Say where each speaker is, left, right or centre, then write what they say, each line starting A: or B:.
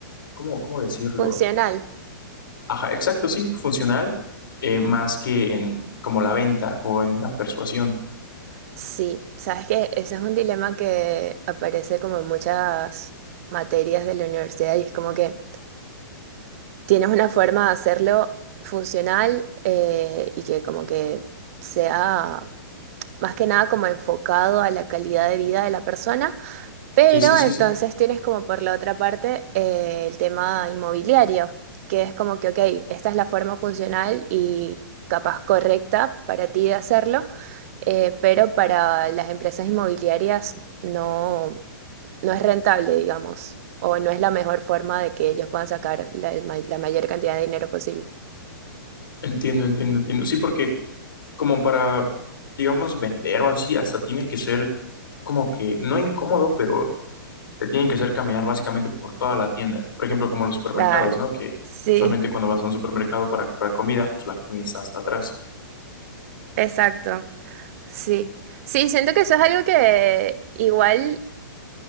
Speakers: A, on the left (about 85°); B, on the right (about 40°).
A: ¿cómo, cómo decirlo?
B: Funcional.
A: Ajá, exacto, sí, funcional, eh, más que en como la venta o en la persuasión.
B: Sí, sabes que ese es un dilema que aparece como en muchas materias de la universidad y es como que tienes una forma de hacerlo funcional eh, y que como que sea más que nada como enfocado a la calidad de vida de la persona, pero
A: Sí, sí, sí,
B: entonces
A: sí.
B: tienes como por la otra parte eh, el tema inmobiliario, que es como que, ok, esta es la forma funcional y capaz correcta para ti de hacerlo, eh, pero para las empresas inmobiliarias no no es rentable, digamos, o no es la mejor forma de que ellos puedan sacar la, el ma- la mayor cantidad de dinero posible.
A: Entiendo, entiendo, entiendo. Sí, porque como para, digamos, vender o así, hasta tiene que ser como que, no incómodo, pero te tienen que hacer caminar básicamente por toda la tienda. Por ejemplo, como los supermercados,
B: Claro,
A: ¿no? Que
B: sí,
A: usualmente cuando vas a un supermercado para comprar comida, pues la comida está hasta atrás.
B: exacto, sí. Sí, siento que eso es algo que igual